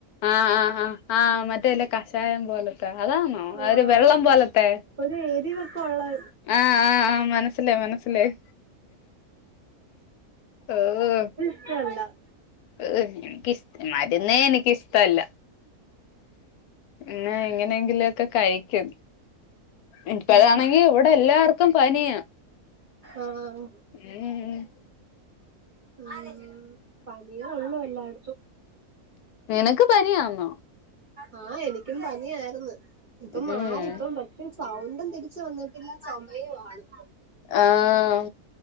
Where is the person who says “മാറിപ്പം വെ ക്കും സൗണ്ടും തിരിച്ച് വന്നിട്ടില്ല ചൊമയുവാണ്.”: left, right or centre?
Right